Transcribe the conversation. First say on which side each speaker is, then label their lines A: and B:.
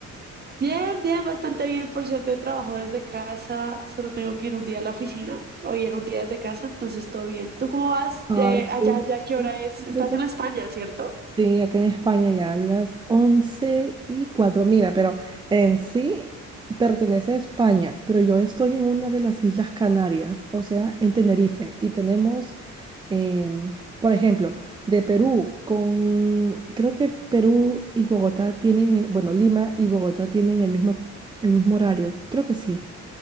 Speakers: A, on the right (about 35°); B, on the right (about 15°).
A: Bien, bien, bastante bien, por cierto, trabajo desde casa, solo tengo que ir un día a la oficina, hoy era un día desde casa, entonces todo bien. ¿Tú cómo vas?
B: Ay,
A: Eh,
B: estoy
A: allá, allá, ¿qué hora es? Estás
B: súper
A: en España, ¿cierto?
B: Sí, acá en España ya a las 11 y 4. Mira, pero en sí pertenece a España, pero yo estoy en una de las Islas Canarias, o sea, en Tenerife, y tenemos, em, por ejemplo, de Perú con, creo que Perú y Bogotá tienen, el- bueno, Lima y Bogotá tienen el mismo, el mismo horario, creo que sí.